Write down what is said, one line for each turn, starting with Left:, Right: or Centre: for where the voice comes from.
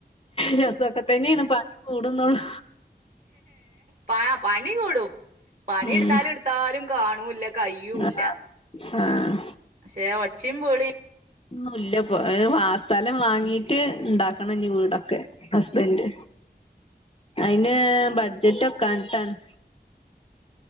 Left: രസക്കെ തന്നെയാണ് പണി കൂടുന്നുള്ളു
Right: പ പണി കൂടും പണി
Left: ഉം
Right: ഇടുത്താലും ഇടുത്താലും കാണൂല്ല കയുല്ലപക്ഷെ
Left: ആഹ് ആഹ്
Right: ഒച്ചപ്പുലിം
Left: ഉ ഇല്ലപ്പോ ആ സ്ഥലം വാങ്ങീട്ട് ഇണ്ടാക്കണം ഇനി വീടൊക്കെ ഹസ്ബൻഡ് അയിന് ബഡ്ജറ്റ് ഒക്കാഞ്ഞിട്ടാണ്.